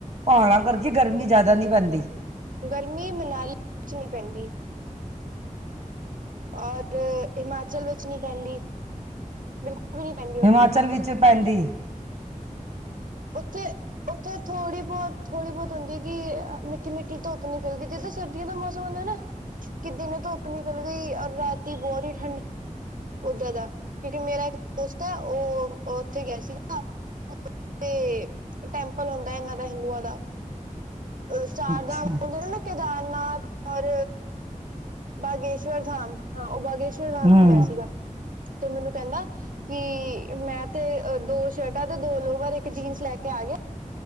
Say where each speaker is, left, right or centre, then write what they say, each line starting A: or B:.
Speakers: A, on the right (about 50°); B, on the right (about 75°).
A: ਪਹਾੜਾਂ ਕਰਕੇ ਗਰਮੀ ਜ਼ਿਆਦਾ ਨਹੀਂ ਪੈਂਦੀ
B: ਗਰਮੀ ਮਨਾਲੀ 'ਚ ਨਹੀਂ ਪੈਂਦੀ। ਔਰ ਹਿਮਾਚਲ ਵਿੱਚ ਨੀ ਪੈਂਦੀ ਬਿਲਕੁਲ। ਵੀ ਨੀ ਪੈਂਦੀ ਉੱਥੇ
A: ਹਿਮਾਚਲ
B: ਤੇ
A: ਵਿੱਚ ਪੈਂਦੀ ਐ
B: ਉੱਥੇ ਉੱਥੇ। ਥੋੜ੍ਹੀ ਬਹੁਤ ਥੋੜੀ ਬਹੁਤ ਹੁੰਦੀ ਕਿ ਮਿੱਠੀ ਮਿੱਠੀ ਧੁੱਪ ਨਿਕਲ ਗਈ ਜਿੱਦਾਂ ਸਰਦੀਆਂ ਦਾ ਮੌਸਮ ਹੁੰਦਾ ਨਾ। ਕਿ ਦਿਨੇ ਧੁੱਪ ਨਿਕਲ ਗਈ ਔਰ ਰਾਤੀ ਬਹੁਤ ਹੀ ਠੰਡ। ਬਹੁਤ ਜਿਆਦਾ ਕਿਉਂਕਿ ਮੇਰਾ ਇੱਕ ਦੋਸਤ ਹੈ। ਉਹ ਉੱਥੇ ਗਿਆ ਸੀਗਾ ਨਾ ਉੱਥੇ ਟੈਂਪਲ ਹੁੰਦਾ ਏ ਇਹਨਾਂ ਦਾ ਹਿੰਦੂਆਂ ਦਾ। ਅ ਚਾਰ
A: ਅੱਛਾ
B: ਧਾਮ ਹੁੰਦੇ ਨੇ ਨਾ ਕੇਦਾਰਨਾਥ ਔਰ ਬਾਗੇਸ਼ਵਰ ਧਾਮ ਹਾਂ ਉਹ ਬਾਗੇਸ਼ਵਰ।
A: ਹਮ
B: ਗੇਆ ਸੀਗਾ ਤੇ ਮੈਨੂੰ ਕੈਂਦਾ ਕੀ ਮੈਂ ਤੇ ਦੋ ਸ਼ਰਟਾਂ ਤੇ ਦੋ ਲੋਵਰ ਏਕ ਜੀਨਸ ਲੈ ਕੇ ਆ ਗੇਆ